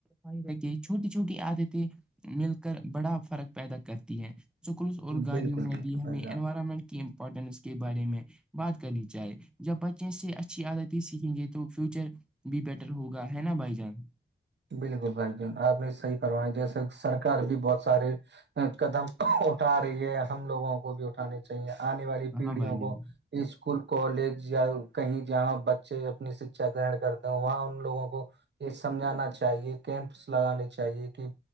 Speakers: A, in the centre; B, on the right (about 60°).
A: ائی رکے چھوٹی چھوٹی عادتیں مل کر بڑا فرق پیدا کرتیتی سکول اور گاڑیوں
B: بالکل
A: میں
B: بالکل
A: بھی ہمیں
B: بھائی جان
A: انوائرمنٹ کے پٹنس کے بارے میں بات کرنی چاہی جب ب اچے سے اچھی عادتیں سیکھیں گے تو فیوچر بھی بیٹر ہوگا ہے نا بھائی جان
B: بالکل بھائی ج آپ نے صحی کروا ہے جیسے سرار بھی بہت سارے قدم اٹھا رہی ہے ہم لوگوں کو بھی اٹھانی چاہیے آنے والی پیڑھیوں
A: ہاں بھائی جان
B: کو اسکول کالج یا کہیں جہاں بچے اپنی شکچھا گرہن کرتے ہیں وہاں ان لوگوں کو یہ سمجانان چ چاہیے کیمپس لگانے چاہیے کہ